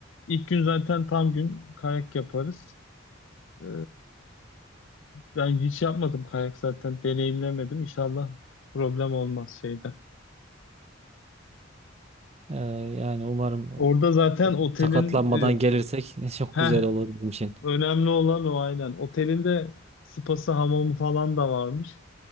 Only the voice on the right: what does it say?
E, yani umarım
sakatlanmadan
gelirsek <laughs> çok
güzel olur bizim için.